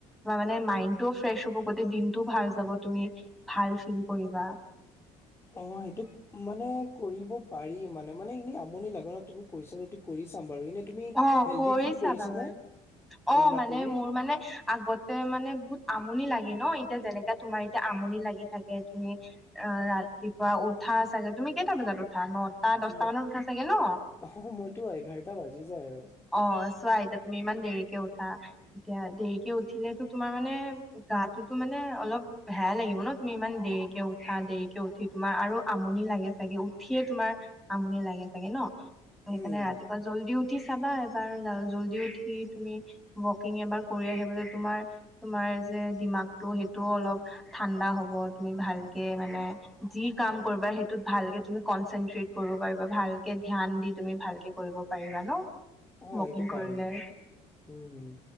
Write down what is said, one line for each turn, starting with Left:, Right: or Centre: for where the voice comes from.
Centre: বা মানে মাইডটোও ফ্ৰেছ হ'ব গোট দিনটোও ভাল যাব তুমি ভাল ফিল কৰিবা।
Left: অ, সেইটো। মানে কৰিব পাৰি মানে, মানে এনে আমনি লাগে ন তুমি কৈছা যদি কৰি চাম বাৰু এনে তুমি
Centre: অ
Left: হেল্ডি
Centre: কৰি
Left: ফিল
Centre: চাবা
Left: কৰিছানে
Centre: বাৰু অ
Left: এইবিলাক
Centre: মানে
Left: কৰি
Centre: মোৰ মানে আগত মানে বহুত আমনি লাগি ন, এতিয়া যেনেকাে তোমাৰ এতিয়া আমনি লাগি থাকে তুমি অ, ৰাতিপুৱা উঠা চাগে তুমি কেইটা বজাত উঠা নটা, দশটা
Left: ম
Centre: মানত উঠা চাগে ন।
Left: অ, সময়তো এঘাৰটা বাজি যায় আৰু।
Centre: অ, চোৱা এতিয়া তুমি ইমান দেৰিকে উঠা। এতিয়া দেৰিকে উঠিলেতো তোমাৰ মানে গাতোটো মানে অলপ বেয়া লাগিব ন তুমি ইমান দেৰিকে উঠা দেৰিকে উঠি তোমাৰ আৰু আমনি লাগে চাগে উঠিয়ে তোমাৰ আমনি লাগে চাগে ন ত সেইকাৰণে
Left: উম
Centre: ৰাতিপুৱা জল্দিও উঠি চাবা এবাৰ জল্দি উঠি তুমি ৱকিং এবাৰ কৰি আহিব যে তোমাৰ তোমাৰ যে ডমাগটো সেইটোও অলপ ঠাণ্ডা হ'ব তুমি ভালকে মানে যি কাম কৰিবা সেইটোত ভালকে তুমি কনচনট কৰিব পাৰিবা ভালকে ধান দি তুমি ভালকে কৰিব পাৰিবা ন।
Left: অ,
Centre: ৱকিং
Left: এইটো পাৰি
Centre: কৰিলে
Left: উম, হম।